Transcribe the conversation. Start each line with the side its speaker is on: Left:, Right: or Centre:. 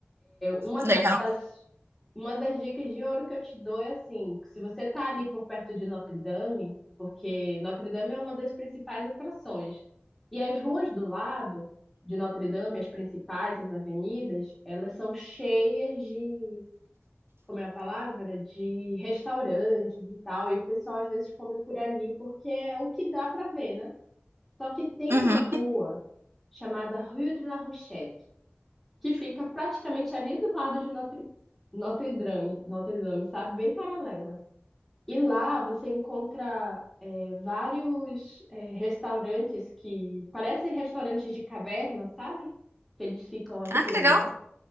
Centre: Uma
Right: legal.
Centre: das, uma das dicas de ouro que eu te dou é assim, que se você tá ali por perto de Notre Dame, porque Notre Dame é uma das principais atrações. E as ruas do lado de Notre Dame, as principais, as avenidas, elas são cheias de, como é a palavra? De restaurantes e tal. E o pessoal às vezes come por ali porque é o que dá para ver, né? Só que tem
Right: Uhum.
Centre: uma rua chamada Rue de la Rochette que fica praticamente ali do lado de Notre, Notre Dame, Notre Dame, sabe? Bem paralela. E lá você encontra é, vários é, restaurantes que parecem restaurantes de caverna, sabe? Que eles ficam assim.
Right: Ah, que legal.